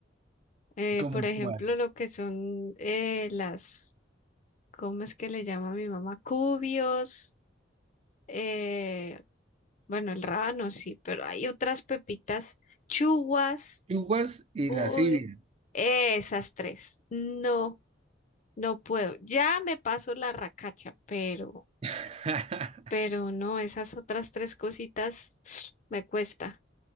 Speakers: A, on the left; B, on the right.
A: Eh,
B: como
A: por ejemplo,
B: cual.
A: lo que son eh, las, ¿cómo es que le llama mi mamá? Cubios, eh, bueno, el rábano sí, pero hay otras pepitas, chuguas,
B: Yuguas y
A: uy,
B: lascivias.
A: esas tres. No, no puedo. Ya me paso la racacha, pero,
B: <laughs>
A: pero no, esas otras tres cositas <sniffs> me cuesta.